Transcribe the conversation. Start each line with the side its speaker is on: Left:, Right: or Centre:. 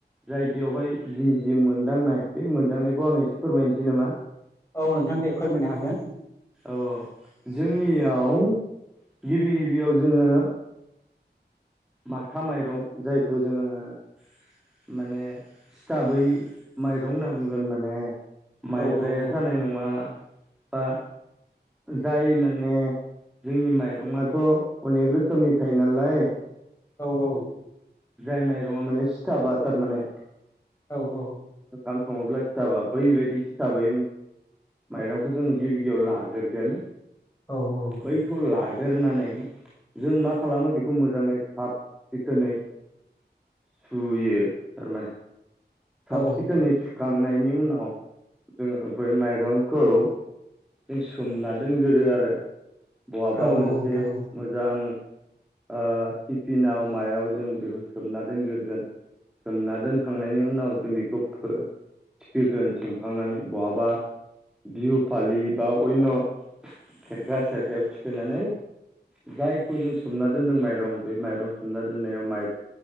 Centre: जायगायावहाय जि-जि मोनदांनाय बे मोनदांनायखौ आङो एसे फोरमायनोसै नामा।
Left: औ नोंथां दे फोरमायनो हागोन।
Centre: औ जोंनियाव गिबि गिबियाव जोङो। माथा माइरं जायखौ जोङो। माने सिथाबै माइरं होनना बुंगोन माने। माइब्राया
Left: औ औ औ
Centre: जानाय नङा बा जाय माने जोंनि माइरङआथ' अनेक रोखोमनि थायो नालाय।
Left: औ औ
Centre: जाय माइरङा माने सिथाबा थारमाने
Left: औ औ।
Centre: ओंखाम सङोब्ला सिथाबा बैबायदि सिथाबै। माइरंखौ जों गिबि गिबियाव लागोरगोन।
Left: औ
Centre: बैखौ लागोरनानै जों मा खालामो बे खौ मोजाङै साब सिखोनै सुयो थारमाने साब
Left: औ
Centre: सिखोनै सु खांनायनि उनाव जोङो बै माइरंखौ। जों सोमना दोनगोरो आरो बहाबा
Left: औ नोंथां
Centre: मोनसे मोजां। ओ टिफिनाव मायाव जों बेखौ सोमना दोनगोरगोन। सोमना दोनखांनायनि उनाव जों बेखौ फो थिखोगोन सोमखांनानै बहाबा। बिहु फालि बा अन्य' खेरखा सेरखायाव थिखोनानै। जायखौ जों सोमना दोनदों माइरं बे माइरं सोमना दोननायाव माइ